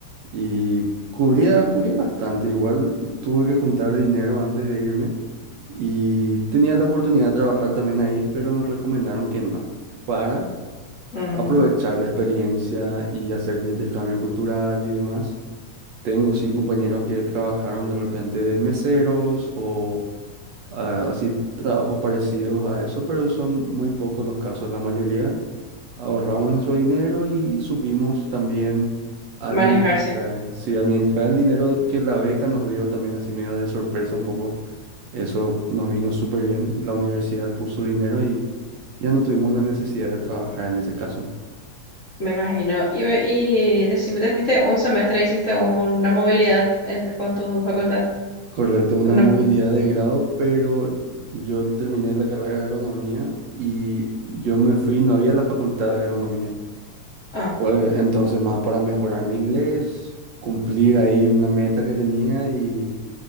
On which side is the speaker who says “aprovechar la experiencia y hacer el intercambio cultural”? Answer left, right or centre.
Right